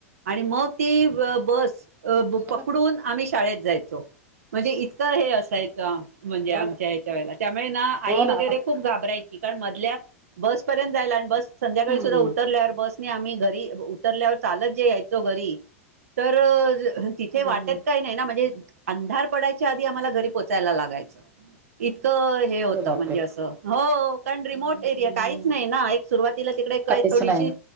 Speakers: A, on the right (about 80°); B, on the right (about 25°).
A: आणि मग ती बस अ
B: बर
A: पकडून आम्ही शाळेत जायचो म्हणजे इतकं हे असायचं म्हणजे
B: बर.
A: आमच्या ह्याच्या वेळेला त्यामुळे ना आई
B: हो
A: वगैरे
B: ना
A: खूप घाबर मधल्या बस पर्यंत बसं संधकाळी
B: हम्म
A: सुाधा उतरल्यावर ब आम्ही घरी उतरल्यावर चालत जे यायचो घरी तर तिथे
B: हम्म
A: वाटत काही नाही ना म्हणजे अंधार पडायच्या आधी आम्हाला घरी पोचायला लागायचं इतकं हे होतं
B: अरे बापरे.
A: म्हणजे असं हो कारण रिमोट
B: हम्म
A: एरिया काहीच नाही ना एक सुरुवातीला तिकडे काही
B: काहीच
A: थोडीशी
B: नाही